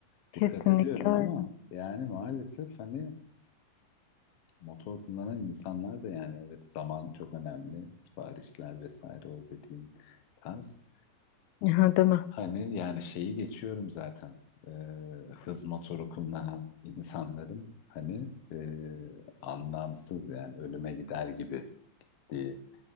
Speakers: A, on the left; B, on the left.
A: Dikkat
B: Kesinlikle
A: ediyorum
B: öyle.
A: ama yani maalesef hani motor kullanan insanlar da yani evet zaman çok önemli siparişler vesaire o dediğim tarz.
B: Aha, değil mi?
A: Hani yani şeyi geçiyorum zaten Ee, hız motoru kullanan insanların hani ee, anlamsız yani ölüme gider gibi diye